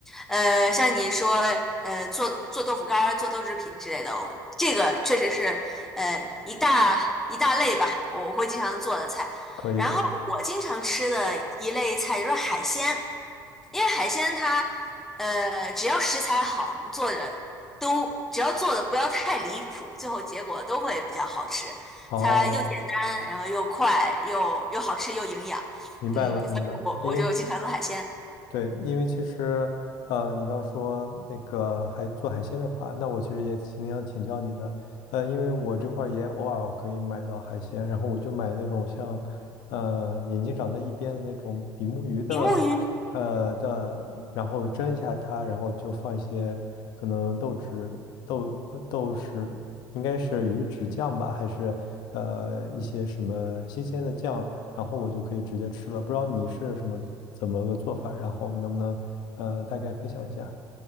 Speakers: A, in the centre; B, on the left.
A: 呃，像你说，呃，做做豆腐干儿、做豆制品之类的，我这个确实是呃一大一大类吧，我我会经常做的菜。
B: 可以的。
A: 然后我经常吃的一类菜就是海鲜，因为海鲜它呃只要食材好，做的都只要做的不要太离谱，最后结果都会比较好吃。
B: 哦，
A: 它又简单，然后又快，又又好吃又营养，
B: 明白了，
A: 嗯，
B: 明白了。
A: 所以我我就经常做海鲜。
B: 因为对，因为其实，呃，你刚说那个海做海鲜的话，那我其实也挺想请教你的，呃，因为我这块儿也偶尔可以买到海鲜，然后我就买那种像，呃，眼睛长在一边的那种比目鱼的，
A: 比目鱼。
B: 呃的，然后蒸一下它，然后就放一些可能豆豉、豆呃豆豉，应该是鱼豉酱吧，还是呃一些什么新鲜的酱。然后我就可以直接吃了。不知道你是什么怎么个做法，然后能不能呃大概分享一下？